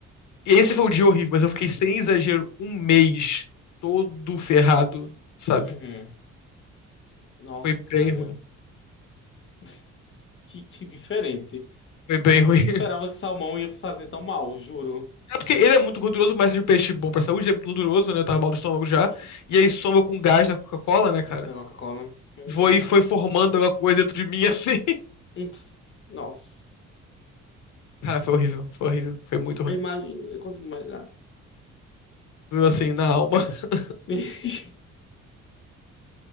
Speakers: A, on the left; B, on the left.
A: esse foi o dia horrível, mas eu fiquei sem exagero um mês todo ferrado, sabe?
B: Uhum. Nossa,
A: Foi bem
B: cara.
A: ruim.
B: <laughs> Que, que diferente.
A: Foi bem
B: Eu
A: ruim.
B: nunca esperava que salmão ia fazer tão mal, juro.
A: É porque ele é muito gorduroso, mas é um peixe bom pra saúde, ele é muito gorduroso, né? Eu tava mal do estômago já.
B: Uhum.
A: E aí soma com o gás da Coca-Cola, né, cara?
B: É Coca-Cola. Uhum.
A: Foi, foi formando alguma coisa dentro de mim, assim. <laughs>
B: Ups. Nossa.
A: Cara, foi horrível, foi horrível. Foi muito ruim.
B: Eu imagino, eu consigo imaginar.
A: Foi assim, na alma. <laughs>
B: <laughs>